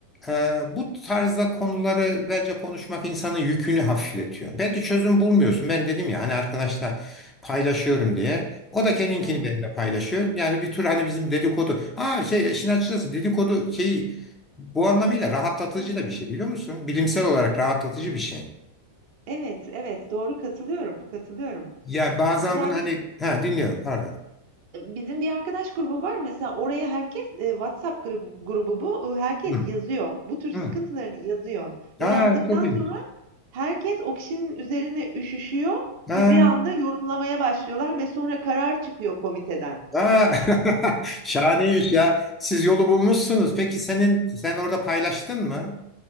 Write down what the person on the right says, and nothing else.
Hı hı.
Hı hı.
Evet, evet, doğru, katılıyorum, katılıyorum.
İ yani
Bizim bir arkadaş grubu var mesela oraya herkes e, WhatsApp grubu, grubu bu. E, Herkes
yazıyor. Bu tür sıkıntılarını
yazıyor.
Ve yazdıktan
sonra herkes o kişinin üzerine üşüşüyor
ve bir anda yorumlamaya başlıyorlar ve sonra karar çıkıyor komiteden.